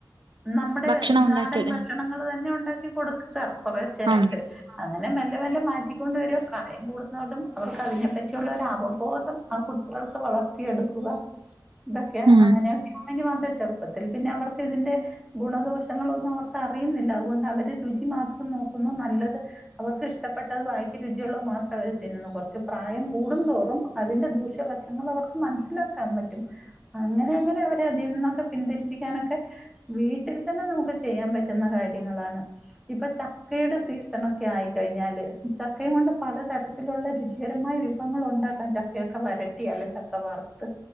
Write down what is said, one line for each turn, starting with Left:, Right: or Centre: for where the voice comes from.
Centre: നമ്മുടെ
Right: ഭക്ഷണം
Centre: നാടൻ
Right: ഉണ്ടാക്കിയല്ല
Centre: ഭക്ഷണങ്ങൾ തന്നെയുണ്ട് കൊടുക്കുക കുറിച്ചയായിട്ട്
Right: ആ
Centre: അങ്ങനെ മെല്ലെ മെല്ലെ മാറ്റിക്കൊണ്ട് വരുക പ്രായം കൂടുന്നതോണ്ടും അവർക്ക് അതിനെപ്പറ്റിയുള്ള ഒരു അവബോധം ആ കുട്ടികൾക്ക് വളർത്തിയെടുക്കുക ഇതൊക്കെ
Right: ഉം
Centre: അങ്ങനെയക്ക മാം ചെറുപ്പത്തിൽ പിന്നെ അവർക്ക് ഇതിന്റെ ഗുണദോഷങ്ങളൊന്നും അവർക്ക് അറിയുന്നില്ല അതുകൊണ്ട് അവർ രുചി മാത്രം നോക്കുന്നു നല്ലത് അവർക്ക് ഇഷ്ടപ്പെട്ടത് വായിക്ക് രുചിയുള്ളത് മാത്രം അവർ തിന്നുന്നു കുറച്ച് പ്രായം കൂടുന്തോറും അതിന്റെ ദൂഷ്യവശങ്ങൾ അവർക്ക് മനസ്സിലാക്കാൻ പറ്റും അങ്ങനെ അങ്ങനെ അവരെ അതിൽ ന്നോക്കെ പിന്തിരിപ്പിക്കാനൊക്കെ വീട്ടിൽ തന്നെ നമുക്ക് ചെയ്യാൻ പറ്റുന്ന കാര്യങ്ങളാണ് ഇപ്പൊ ചക്കയുടെ സീ ഭക്ഷണമൊക്കെ ആയിക്കഴിഞ്ഞാൽ ചക്കയും കൊണ്ട് പലതരത്തിലുള്ള രുചികരമായ വിഭ ഭങ്ങൾ ഉണ്ടാക്കാൻ ചക്കയൊക്കെ വരട്ടി അല്ലെ ചക്ക വറുത്ത്